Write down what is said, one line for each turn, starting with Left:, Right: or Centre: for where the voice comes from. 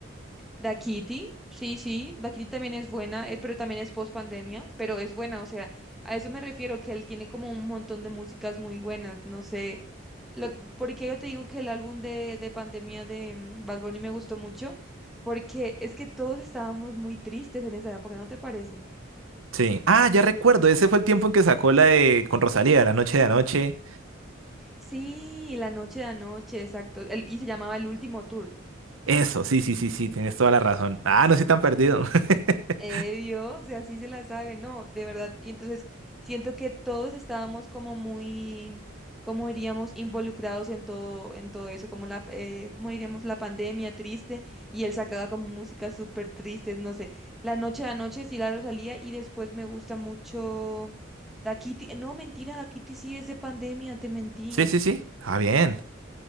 Centre: Da Kitty, sí, sí, Da Kitty también es buena, eh, pero también es post pandemia, pero es buena, o sea, a eso me refiero, que él tiene como un montón de músicas muy buenas, no sé, lo, que- porque yo te digo que el álbum de, de pandemia de mm, Bad Bunny me gustó mucho, porque es que todos estábamos muy tristes en esa época, ¿no te parece?
Right: Sí. Ah, ya recuerdo, ese fue el tiempo en que sacó la de con Rosalía, La Noche de Anoche.
Centre: Sí, La Noche de Anoche, exacto, el- y se llamaba El Último Tour.
Right: Eso, sí, sí, sí, sí, tienes toda la razón. Ah, no estoy tan perdido. <laughs>
Centre: Eh, Dios, o sea, sí se la sabe, no, de verdad. Y entonces siento que todos estábamos como muy, como diríamos, involucrados en todo, en todo eso, como la, eh, como diríamos, la pandemia triste, y él sacaba como música súper triste, no sé. La noche a noche sí la Rosalía, y después me gusta mucho Da Kitty, no, mentira, Da Kitty sí es de pandemia, te mentí.
Right: Sí, sí, sí. Ah, bien.